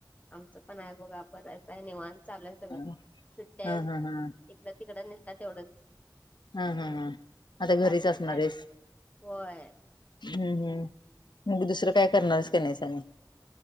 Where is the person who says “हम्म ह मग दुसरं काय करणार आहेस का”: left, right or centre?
Left